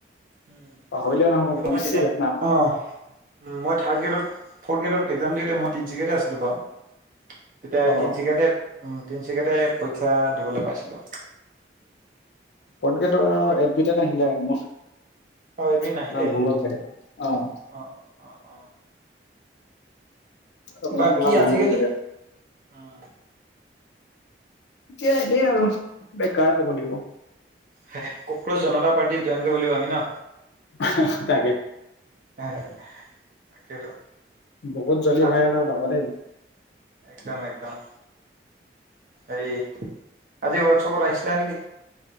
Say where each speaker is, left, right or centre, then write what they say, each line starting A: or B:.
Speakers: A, on the right (about 45°); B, on the left (about 70°).
A: উম,
B: পাহৰিলোঁ নহয়
A: নহ'লে
B: অবিশ্বাস্য
A: মই তেতিয়া
B: ঘটনা ',
A: অ' মই থাৰ্ড গ্ৰেডত, ফৰ্থ গ্ৰেডৰ একজাম দিওঁতে মই তিনিচুকীয়াতে আছিলোঁ বাৰু', তেতিয়া এই
B: অ
A: তিনিচুকীয়াতে, উম', তিনিচুকীয়াতে পৰীক্ষা দিবলৈ পাইছিলোঁ',
B: থাৰ্ড গ্ৰেডৰ এডমিট এ নাহিলে মোৰ',
A: অ' এডমিন নাহিলে
B: কিবা ভুল হ'ল চাগে, অহ',
A: অ' অ' অ' অ'
B: অকমান
A: বাকী
B: কিবা ভুল
A: আজিকালি
B: হ'ল চাগে',
A: উম',
B: এতিয়া এনেই আৰু, বেকাৰ ক'ব লাগিব',
A: হেহে', ককৰোচ জনতা পাৰ্টিত জইন কৰিব লাগিব আমি ন',
B: হাহা', তাকে',
A: হেহে', তাকেইতো',
B: বহুত জলদি
A: আজি
B: ভাইৰেল হৈ গ'ল তাকেইতো',
A: একদম - একদম', হেৰি, আজি ৱৰ্কশ্বপত আহিছিলা নেকি?